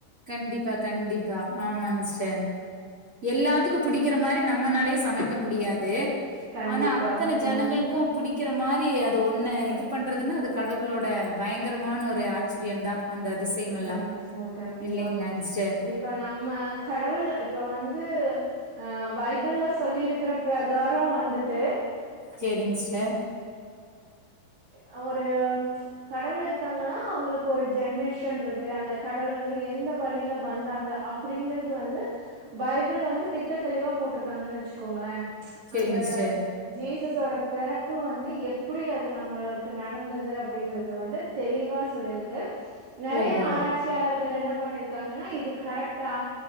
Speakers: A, on the right (about 30°); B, on the right (about 60°).
A: கண்டிப்பா கண்டிப்பா ஆமாங்க சிஸ்டர் எல்லாத்துக்கு புடிக்கிற மாரி நம்மனாலயு சமைக்க முடியா து
B: கண்டிப்பா
A: ஆனா அத்தன
B: ம்
A: ஜனங்களுக்கு புடிக் க்கிற மாரி அது ஒன்ன இது பண்றதுன்னா அது கடவுளோட பயங்கரமான ஒரு ஆச்சரியந்தா அந்த அதிசயமெல்லா
B: கண்டிப்பா கண்டிப்பா
A: இல்லைங்களாங் சிஸ்டர்
B: இப்ப நம்ம கடவுள் இப்ப வந்து அஹ் பைபிள்ல சொல்லிருக்கிற பிரகாரம் வந்துட்டு
A: சேரிங்க சிஸ்டர்
B: அ ஒரு கடவுள் இருக்காங்கனா அவுங்களுக்கு ஒரு ஜென்ரேஷன் இருக்கு அந்த கடவுள் வந்து எந்த வழில வந்தாங்க அப்டிங்கறது வந்து பைபிள்ல வந்து திட்ட தெளிவா போட்டிருக்காங்கன்னு வெச்சுக்கோங்களேன்.
A: சேரிங்
B: அந்த
A: சிஸ்டர்
B: ஜீசஸோட பிறப்பு வந்து எப்டி? இது நம்மளுக்கு நடந்தது அப்டிங்கறது வந்து தெளிவா சொல்லிருக்கு நெறயா
A: ஓஹோ
B: ஆரா ய்ச்சியாளர்கள் என்ன பண்ணிருக்காங்கனா இது கரெக்டா